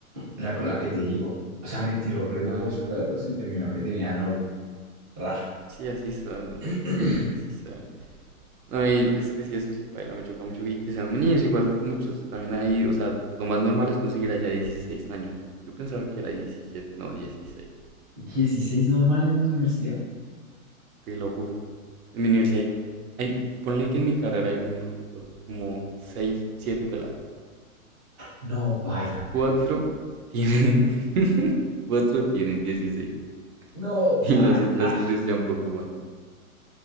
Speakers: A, on the right (about 15°); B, on the right (about 75°).
A: La, con la que te digo. O sea, me tiró re duro
B: Ah,
A: los perros y terminó que tenía novio. Raro.
B: sí, así son,
A: <clears throat>
B: así son, así son. No, y es que sí, eso sí, paila, me choca mucho. Y que sean niños, igual muchos. También ahí, o sea, lo más normal es conseguir allá 16 años. Yo pensaba que era 17 no, dieciséis
A: dieciséis normal en la universidad.
B: Te lo juro. En mi universidad hay, hay- ponle que en mi carrera hay uno, dos, como seis, siete peladas.
A: No, baila, marica.
B: cuatro tienen, <laughs> cuatro tienen 16
A: No,
B: y
A: baila.
B: las otras tres ya un poco más.